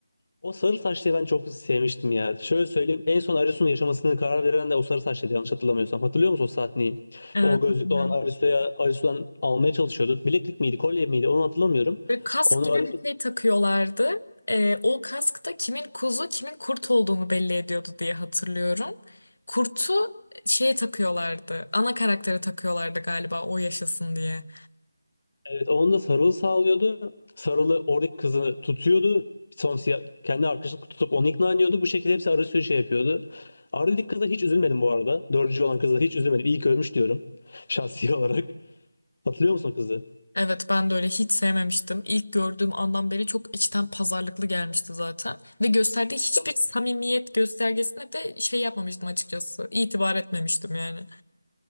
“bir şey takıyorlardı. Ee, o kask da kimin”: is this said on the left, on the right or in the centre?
Left